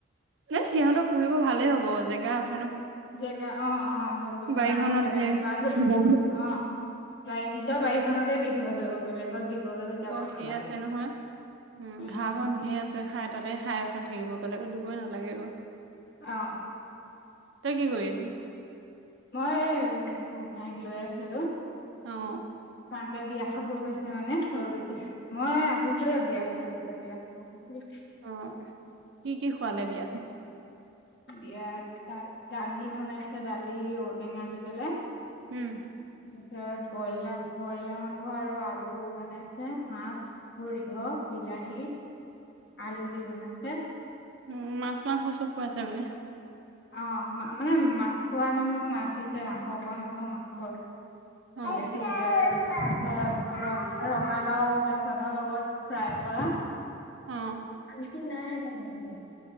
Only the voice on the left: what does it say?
জেগা অ অ আহল বহল
ডাঙৰ জেগা
আছে বানৰোধ
অ বা'ই নিজৰ বাৰীখনতে দি থব পাৰিব বেলেগত। দিবলৈ যাব
নালাগে
উম,
অ।
মই গোসাঁইক লৈ আছিলোঁ।
মাকে বিয়া খাব গৈছে মানে থৈ গৈছে। মই আহিছিলো বিয়া খাই পেলাই বিয়া খাব গৈছিলোঁ।
বিয়াত দালি বনাইছে দালি ঔ টেঙা দি পেলাই।
সিয়ত বইলাৰ বইলাৰ মাংস আৰু আলু বনাইছে মাছ সৰিয়হ। বিলাহী আলু দি বনাইছে।
অ মানে মাছ খোৱা মানুহক মাছ দিছে মাংস খোৱা মানুহক মাংস।
<unintelligible> ৰ ৰঙালাও বেচনৰ লগত ফ্ৰাই কৰা।
আঙকি নাই মান ন।